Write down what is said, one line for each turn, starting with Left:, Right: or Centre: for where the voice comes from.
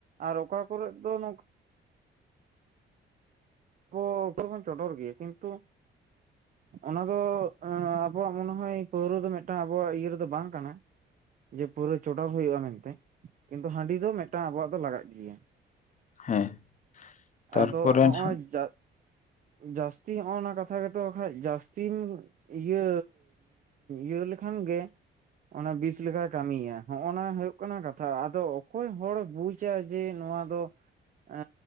Right: ᱟᱨ ᱚᱠᱟ ᱠᱚᱨᱮ ᱫᱚ ᱱᱚᱼᱼ ᱟᱵᱚ <inaudible> ᱵᱚᱱ ᱪᱚᱰᱚᱨ ᱜᱮᱭᱟ ᱠᱤᱱᱛᱩᱼᱼ ᱚᱱᱟ ᱫᱚ ᱟᱵᱚᱣᱟᱜ ᱢᱚᱱᱮ ᱦᱚᱭ ᱯᱟᱹᱣᱨᱟᱹ ᱫᱚ ᱢᱤᱫᱴᱟᱝ ᱟᱵᱚᱣᱟᱜ ᱤᱭᱟᱹ ᱨᱮᱫᱚ ᱵᱟᱝ ᱠᱟᱱᱟ᱾ ᱡᱮ ᱯᱩᱨᱟᱹ ᱪᱚᱰᱚᱨ ᱦᱩᱭᱩᱜ-ᱟ ᱢᱮᱱᱛᱮ ᱠᱤᱱᱛᱩ ᱦᱟᱺᱰᱤ ᱫᱚ ᱢᱤᱫᱴᱟᱝ ᱟᱵᱚᱣᱟᱜ ᱫᱚ ᱞᱟᱜᱟᱜ ᱜᱮᱭᱟ᱾
Left: ᱦᱮᱸ ᱛᱟᱨᱯᱚᱨᱮ
Right: ᱟᱫᱚ ᱦᱚᱸᱜᱼᱚᱭ
Left: ᱱᱟᱦᱟᱜ
Right: ᱡᱟᱼᱼ ᱡᱟᱹᱥᱛᱤ ᱦᱚᱜᱼᱱᱟ ᱠᱟᱛᱷᱟ ᱜᱮᱛᱚ ᱠᱷᱟᱡ ᱡᱟᱹᱥᱛᱤᱢ ᱤᱭᱟᱹᱼᱼ ᱤᱭᱟᱹ ᱞᱮᱠᱷᱟᱱ ᱜᱮᱼᱼ ᱚᱱᱟ ᱵᱤᱥ ᱞᱮᱠᱟᱭ ᱠᱟᱹᱢᱤᱭᱟ ᱦᱚᱜ- ᱱᱟ ᱦᱩᱭᱩᱜ ᱠᱟᱱᱟ ᱠᱟᱛᱷᱟ ᱟᱫᱚ ᱚᱠᱚᱭ ᱦᱚᱲ ᱵᱩᱡᱼᱼ ᱡᱮ ᱱᱚᱣᱟ ᱫᱚ ᱮ